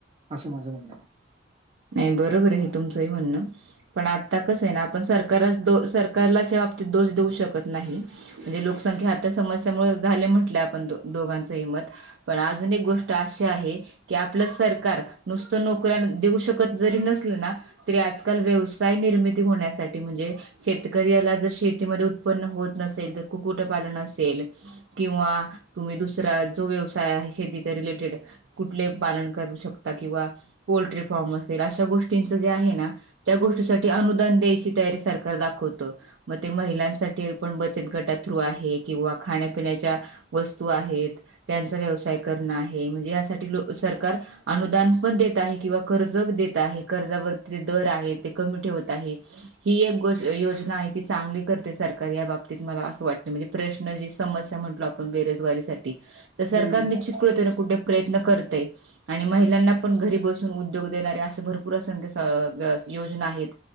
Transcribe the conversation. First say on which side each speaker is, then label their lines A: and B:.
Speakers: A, on the right (about 35°); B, on the right (about 75°).
A: असं माझं म्हणणं हे.
B: नाही बरोबर आहे हे तुमचं म्हणणं. पण आता कसं आहे ना आपण सरकार सरकारला अशा बाबतीत दोष देऊ शकत नाही. म्हणजे लोकसंख्या आता समस्यामुळे झाल्या म्हटल्या आपण दोघांच ही मत. पण अजून एक गोष्ट अशी आहे की आपलं सरकार नुसतं नोकऱ्या देऊ शकत जरी नसलं ना. तरी आज काल व्यवसाय निर्मिती होण्यासाठी म्हणजे शेतकऱ्याला जर शेतीमध्ये उत्पन्न होत नसेल तर कुक्कुटपालन असेल. किंवा तुम्ही दुसरा जो व्यवसाय आहे शेतीचा रिलेटेड. कुठले पालन करू शकता किंवा पोल्ट्री फार्मअसेल अशा गोष्टींचं जे आहे ना. त्या गोष्टीसाठी अनुदान द्यायची तयारी सरकार दाखवत मग ते महिलांसाठी पण बचत गटा थ्रू आहे किंवा खाण्यापिण्याच्या वस्तू आहेत त्यांचा व्यवसाय करणं आहे म्हणजे यासाठी ल सरकार. अनुदान पण देत आहे किंवा कर्ज देत आहे कर्जावरती ते दर आहे ते कमी ठेवत आहे. ही एक गो योजना आहे ती चांगली करते सरकार या बाबतीत मला असं वाटत म्हणजे प्रश्न जी. समस्या म्हटलो आपण बेरोजगारीसाठी तर सरकार
A: हम्म
B: निश्चित क कुठे प्रयत्न करतय. आणि महिलांना पण घरी बसून उद्योग देणारे असे भरपूर असंख्य स अं योजना आहेत.